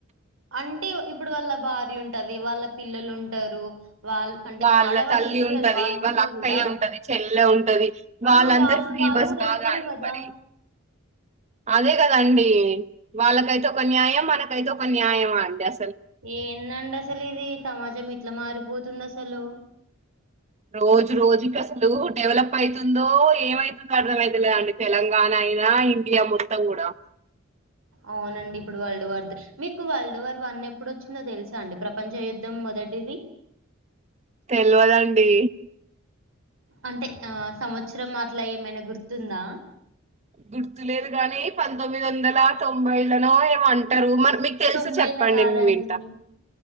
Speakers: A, on the right (about 75°); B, on the right (about 35°).
A: అంటే ఇప్పుడు వాళ్ళ భార్య ఉంటది వాళ్ళ పిల్లలు ఉంటారు వాళ్ళు అంటే
B: వాళ్ళ
A: ఆడవాళ్ళు
B: తల్లి
A: ఉంటారు
B: ఉంటది
A: కదా ఇంట్లో
B: వాళ్ళ అక్కయ్య
A: కూడా
B: ఉంటది చెల్లె ఉంటది వాళ్ళందరూ
A: ఆ వాళ్ళు
B: ఫ్రీ
A: వాళ్ళు
B: బస్
A: కూడా
B: కాదా
A: వెళ్తారు
B: అండి
A: కదా
B: మరి అదే కదండి వాళ్ళకైతే ఒక న్యాయం మనకైతే ఒక న్యాయం అండి అ
A: ఏ నా అడాసలు ఇది సమాజం ఇట్లా మారిపోతుంది అసలు
B: రోజు రోజుకి అసలు డెవలప్ అవుతుందో ఏమైతుందో అర్థంమైతులేదండి తెలంగాణ అయినా ఇండియా మొత్తం కూడా
A: అవునండి ఇప్పుడు వరల్డ్ వార్ మీకు వరల్డ్ వార్ వన్ ఎప్పుడు వచ్చిందో తెలుసా అండి ప్రపంచం యుద్ధం మొదటిది
B: తెలవదండి
A: అంటే ఆ సంవత్సరం అట్లా ఏమైనా గుర్తుందా
B: గుర్తులేదు గాని పంతొమ్మిది వందల తొంభైలన ఏమంటారు మన మీకు తెలిసి
A: తొంభైల
B: చెప్పండి
A: కాదండి
B: నేను వింటా